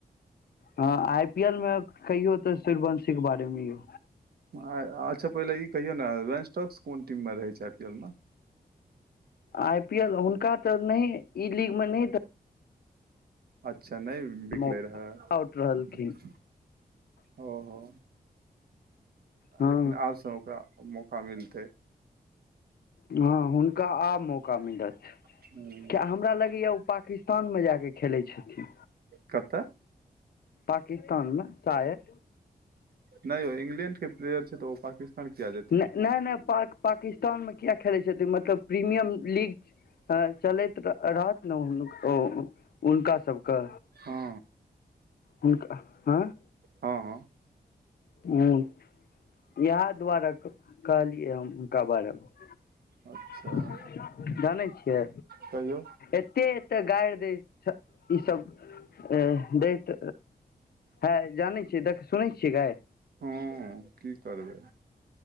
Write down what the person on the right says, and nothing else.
आ-अच्छा पहिले ई कहियौ ने रेंसटस्क कोन टीम मे रहे छैथ आई पी एल मे?
अच्छा नहि बिकलै
रहय।
ओ हो
लेकिन आबसँ ओकरा मौका मिलतै।
हूँ,
कतऽ
नय यौ इंग्लैंड के प्लेयर छै तऽ ओ पाकिस्तान- किया जेथिन
हँ
हँ हँ-
अच्छा
कहियौ
हँ की करबै।